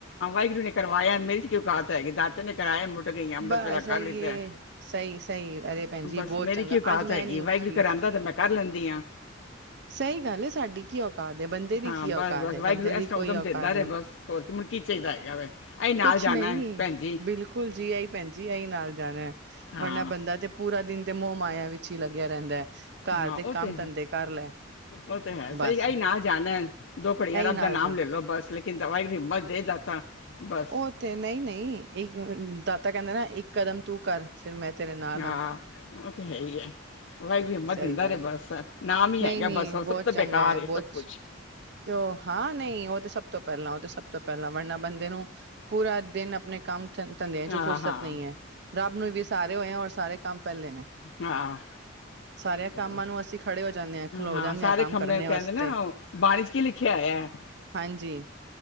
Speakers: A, on the left; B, on the right.
A: ਵਾਹਿਗੁਰੂ ਨੇ ਕਰਵਾਇਆ ਮੇਰੇ ਚ ਕੀ ਔਕਾਤ ਹੈਗੀ ਦਾ ਕਰਾਇਆ ਮੁਟ ਗਈ ਅੰਮ੍ਰਿਤ
B: ਬਸ
A: ਵੇਲਾ ਕਰ
B: ਆਈਏ
A: ਦਿੱਤਾ
B: ਸਹੀ-ਸਹੀ ਅਰੇ ਭੈਣ ਜੀ
A: ਬਸ
B: ਬਹੁਤ
A: ਮੇਰੀ
B: ਚੰਗਾ
A: ਕੀ ਔਕਾਤ
B: ਅੱਜ ਮੈਂ
A: ਹੈਗੀ
B: ਨੀ ਉੱਠੀ।
A: ਵਾਹਿਗੁਰੂ ਘਰ ਆਂਦਾ ਤੇ ਮੈਂ ਕਰ ਲੈਂਦੀ ਹਾਂ
B: ਸਹੀ ਗੱਲ ਏ ਸਾਡੀ ਕੀ ਔ ਹਾ ਬੰਦੇ
A: ਹਾਂ
B: ਦੀ ਕੀ ਔਕਾਤ
A: ਬਸ ਬਸ ਵਾਹਿਗੁਰੂ
B: ਬੰਦੇ ਦੀ
A: ਇਸ ਤਰ੍ਹਾਂ
B: ਕੋਈ
A: ਉਦਮ ਦਿੰਦਾ
B: ਔਕਾਤ
A: ਰਹੇ
B: ਨਹੀ
A: ਬਸ ਹੋਰ ਕਿ ਮੁੜ ਕੀ ਚਾਹੀਦਾ ਹੈਗਾ ਵੇ ਅਸੀਂ ਨਾਲ
B: ਕੁਛ
A: ਜਾਣਾ
B: ਕੁਛ ਨਹੀ
A: ਹੈ ਭੈਣ ਜੀ
B: ਬਿਲਕੁਲ ਜੀ ਆਹੀ ਭੈਣ ਜੀ ਆਹੀ ਨਾਲ ਜਾਣਾ
A: ਹਾਂ
B: ਵਰਨਾ ਬੰਦਾ ਤੇ ਪੂਰਾ ਦਿਨ ਤੇ ਮੋਹ ਮਾਇਆ ਵਿਚ ਹੀ ਲਗਿਆ ਰਹਿਦਾ ਹੈ। ਘਰ
A: ਹਾਂ
B: ਦੇ
A: ਉਹ
B: ਕੰਮ
A: ਤੇ
B: ਧੰਦੇ
A: ਹੈ
B: ਕਰ ਲੈ
A: ਉਹ ਤੇ ਹੈ।
B: ਬਸ
A: ਸਹੀ ਇਹੀ ਨਾਲ ਜਾਣਾ ਦੋ ਘੜੀਆਂ
B: ਇਹੀ
A: ਰੱਬ
B: ਨਾਲ
A: ਦਾ ਨਾਮ
B: ਜਾ
A: ਲੈ ਲੋ ਬਸ ਲੇਕਿਨ ਦਵਾਈ ਦੀ ਹਿੰਮਤ ਦੇ ਦਾਤਾ ਬਸ
B: ਉਹ ਤੇ ਨਹੀਂ ਨਹੀਂ ਇੱਕ ਦਾਤਾ ਕਹਿੰਦੇ ਨਾ ਕਰਮ ਤੂੰ ਕਰ ਫਿਰ ਮੈਂ ਤੇਰੇ ਨਾਲ
A: ਹਾਂ
B: ਆ
A: ਉਹ ਤੇ ਹੈ ਹੀ ਹੈ ਵਾਹਿਗੁਰੂ ਹਿੰਮਤ
B: ਸਹੀ
A: ਦਿੰਦਾ
B: ਗੱਲ
A: ਰਹੇ ਬਸ ਨਾਮ ਹੀ
B: ਨਹੀ
A: ਹੈਗਾ
B: ਨਹੀ
A: ਬਸ ਹੋਰ
B: ਬਹੁਤ
A: ਸਭ ਤੋਂ
B: ਚੰਗਾ
A: ਬੇਕਾਰ
B: ਹੈ। ਬਹੁਤ
A: ਸਭ ਕੁਝ
B: ਤੇ ਉਹ ਹਾਂ ਨਹੀ ਉਹ ਤਾਂ ਸਭ ਤੋ ਪਹਿਲਾਂ ਉਹ ਤਾਂ ਸਭ ਤੋ ਪਹਿਲਾਂ ਵਰਨਾ ਬੰਦੇ ਨੂੰ ਪੂਰਾ ਦਿਨ ਆਪਣੇ ਕੰਮ ਧੰਦਿਆਂ
A: ਹਾਂ
B: ਚ' ਫੁਰਸਤ
A: ਹਾਂ
B: ਨਹੀਂ ਹੈ। ਰੱਬ ਨੂੰ ਵੀ ਸਾਰੇ ਹੋਏ ਆ ਔਰ ਸਾਰੇ ਕੰਮ ਪਹਿਲੇ ਨੇ
A: ਆ-
B: ਸਾਰਿਆਂ
A: ਚਲੋ
B: ਕੰਮਾਂ ਨੂੰ ਅਸੀਂ ਖੜੇ ਹੋ ਜਾਂਦੇ ਖਲੋ
A: ਹਾਂ
B: ਜਾਂਦੇ
A: ਸਾਰੇ
B: ਕੰਮ
A: ਕੰਮਾਂ
B: ਕਰਨੇ
A: ਤੋਂ
B: ਵਾਸਤੇ
A: ਆ ਜਾਂਦੇ ਨਾ ਉਹ ਬਾਣੀ ਚ' ਕੀ ਲਿਖਿਆ ਹੋਇਆ ਐ
B: ਹਾਂਜੀ-